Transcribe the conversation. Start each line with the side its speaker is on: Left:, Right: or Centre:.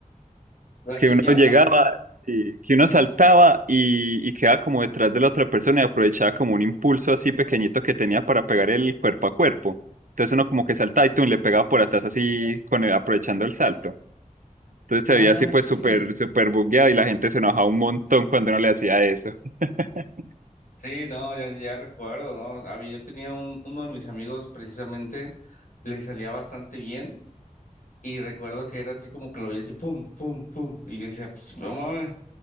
Left: La ninja,
Right: Que uno llegaba,
Left: a ver cuánto.
Right: sí, que uno saltaba y, y quedaba como detrás de la otra persona y aprovechaba como un impulso así pequeñito que tenía para pegar el cuerpo a cuerpo. Entonces uno como que saltaba y tú le pegaba por atrás así con el, aprovechando el salto. Entonces se
Left: Ah,
Right: veía así pues
Left: sí.
Right: súper, súper bugueado y la gente se enojaba un montón cuando uno le hacía eso. <laughs>
Left: Sí, no, ya, ya recuerdo, ¿no? Había, yo tenía un, uno de mis amigos precisamente, le salía bastante bien Y recuerdo que era así como que lo oía así, pum, pum, pum. Y yo decía, pues, no mames.